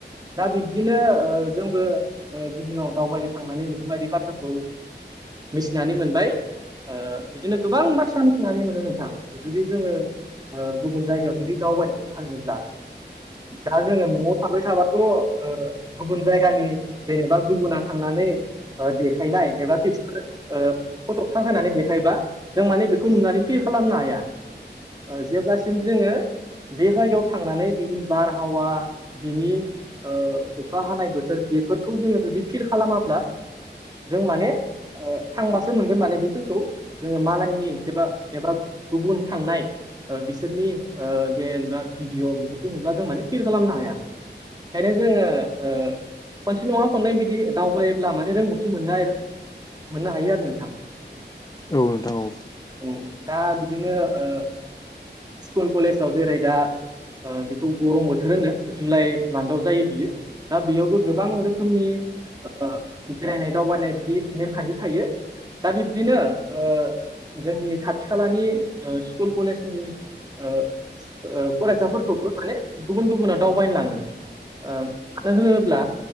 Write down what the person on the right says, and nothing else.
दा बिब्दिनो ओश्रजोंबो ओ गुबुनाव दावबायनो थांनानै बेफोरबायदि बाथ्राखौ मिथिनानै मोनबाय ओ बिदिनो गोबां बाथ्रा मिथिनानै मोनो नोंथां जुदि जोङो ओ गुबुन जायगायाव जुदि दावबायनानै थांङोब्ला दा जोङो न'आव थाबाय थाबाथ' ओ गुबुन जायगानि जेनेबा गुबुना थांनानै देखायनाय एबा पिकचार ओ सफायनानै देखायबा जों माने बेखौ नुनानै फिल खालामनो हाया जेब्लासिम जोङो बे जायगायाव थांनानै बिनि बारहावा बिनि ओ अखा हानाय बोथोर बेफोरखौ जोङो जुदि फिल खालामाब्ला जों माने ओ थांबासो मोनगोन माने बेफोरखौ जोङो मालायनि एबा एबा गुबुन थांनाय ओ बिसोरनि ओ जेनबा भिडिअ बेफोरखौ नुब्ला जों माने फिल खालामनो हाया। खायनो जोङो ओ खनसे नङा खननै बिदि दावबायोब्ला माने रोंगौथि मोननाय मोननो हायो आरो नोंथां।
ओं दा बिदिनो ओ स्कुल कलेजाव जेरै दा ओ बेखौ गरम बोथोर होनो जुलाइ मान्थआव जायो बियो। दा बेयावबो गोबां रोखोमनि ओ ओ बेरायनाय दावबायनाय बिदि नेमखान्थि थायो। दा बिब दिनो ओ जोंनि खाथि खालानि ओ स्कुल कलेजनि ओ ओ फरायसाफोरखौबो माने गुबुन गुबुनाव दावबायनो लाङो। ओ मानो होनोब्ला